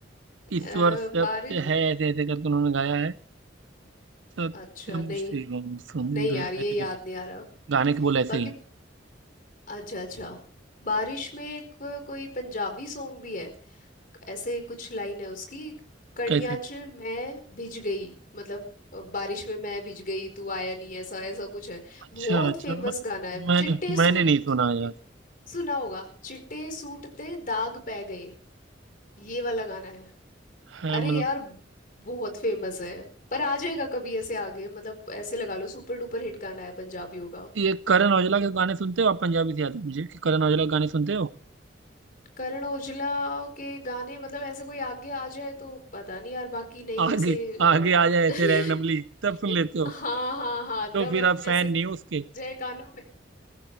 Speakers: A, on the right; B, on the left.
A: ईश्वर
B: अ,
A: सत्य
B: बारिश
A: है ऐसे ऐसे करके उन्होंने गाया है सत्यम
B: अच्छा नहीं
A: शिवम सुंदर
B: नहीं यार ये
A: ऐसे
B: याद
A: करके
B: नहीं आ रहा
A: गाने के बोल ऐसे
B: बाकी
A: ही हैं।
B: अच्छा अच्छा बारिश में एक कोई पंजाबी सॉन्ग भी है ऐसे कुछ लाइन है उसकी कणिया
A: कैसे
B: च मैं भिज गई मतलब अ, बारिश में मैं भिज गई तू आया नहीं ऐसा ऐसा कुछ है
A: अच्छा
B: बहुत
A: अच्छा
B: फेमस
A: मैं,
B: गाना है
A: मैंने
B: चिट्टे
A: मैंने
B: सूट
A: नहीं सुना यार
B: सुना होगा चिट्टे सूट ते दाग पै गए ये वाला गाना है
A: है
B: अरे
A: मतलब
B: यार बहुत फेमस है पर आ जाएगा कभी ऐसे आगे मतलब ऐसे लगा लो सुपर डुपर हिट गाना है पंजाबियों का
A: ये करण औजला के गाने सुनते हो आप पंजाबी से याद है मुझे कि करण औजला के गाने सुनते हो
B: करण ओजला के गाने मतलब ऐसे कोई आगे आ जाए तो पता नहीं यार बाकी नहीं
A: आगे
B: ऐसे अ,
A: आगे आ जाए
B: <laughs>
A: ऐसे रैंडमली तब सुन लेते हो
B: हाँ हाँ हाँ
A: तो
B: तब
A: फिर आप फैन
B: ऐसे पड़
A: नहीं हो उसके
B: जाए कानों में